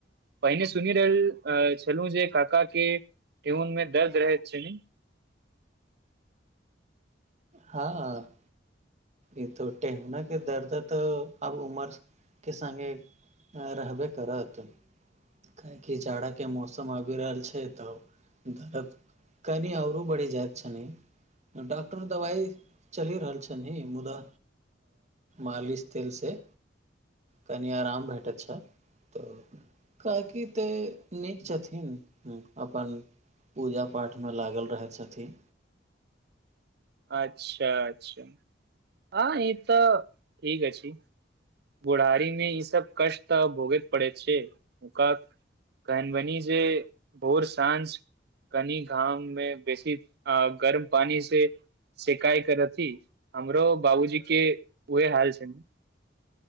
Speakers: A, on the right; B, on the right.
A: पहिने सुनि रहल छलहु जे काका के ठेहुन मे दर्द रहैत छनि
B: हँ ई तो टेहुना के दर्द तऽ अब उमर के संगे रहबे करत काहेकि जाड़ाके मौसम आबि रहल छै तऽ दर्द कनि आऔरो बढ़ि जायइत छनि डॉक्टर दबाइ चलि रहल छनिी मुदा मालिश तेल से कनि आराम भेटैत छै तऽ काकि तऽ नीक छथिन अपन पूजा पाठमे लागल रहै छथिन
A: अच्छा अच्छा हँ ई तऽ ठीक अछी बुढ़ारी मे ई सब कष्ट तऽ भोगे पड़े छै <unintelligible> काईन बनी जे भोर साँझ कनी घाम मे बेसी अऽ गर्म पानी से शिकाय करथि हमरो बाबूजी के उहे हाल छैन